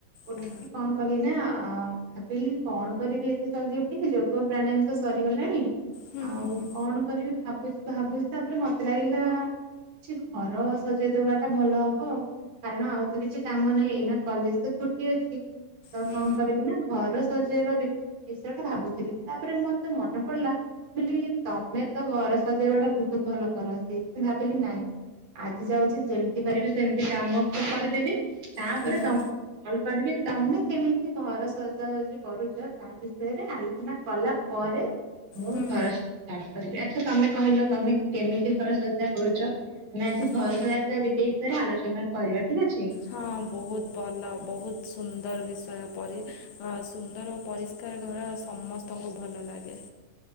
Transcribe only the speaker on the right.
ଉଠି
କଣ କଲି ନା ଆ ଭାବିଲି କଣ କରିବି ଏତେ ଜଲଦି ଉଠିକ, ଯୋଗ ପ୍ରାଣାୟାମ ତ ସରିଗଲାଣି
ଆଉ
କଣ କରିବି ଭାବୁଚି ଭାବୁଚି ତାପରେ ମତେ ଲାଗିଲା କିଛି ଘର ସଜେଇ ଦବାଟା ଭଲ ହବ। କାରଣ ଆଉ ତ କିଛି କାମ ନାଇ ଏଇନା କଲେଜ ତ ଛୁଟି ଅଛି ତ
କଣ କରିବି ନା ଘର ସଜେଇବା ବି ବିଷୟ ଟା ଭାବୁଥିଲି, ତାପରେ ମତେ ମନେ ପଡିଲା, ବୋଲି ତମେ ତ ଘର ସଜେଇବା ଟା ବହୁତ ଭଲ କର ସେଇ ମୁ ଭାବିଲି ନାଇଁ ଆଜି ଯାଉଚି ଯେମିତି ପାରିବି ସେମିତି କାମ <unintelligible> କରିଦେବି, ତାପରେ
ତମ <unintelligible> କରିବି ତମେ କେମିତି ଘର ସଜାସଜି କରୁଚ ତା ତା ବିଷୟରେ ଆଲୋଚନା କଲା ପରେ ମୁଁ
ଘର ଷ୍ଟା ର୍ଟ କରିବି, ଆଚ୍ଛା ତମେ କହିଲ ତମେ କେମିତି ଘର ସଜା କରୁଚ? ଆମେ ଆଜି
ଘର <unintelligible> ବିଷୟରେ ଆଲୋଚନା କରିବା ଠିକ ଅଛି।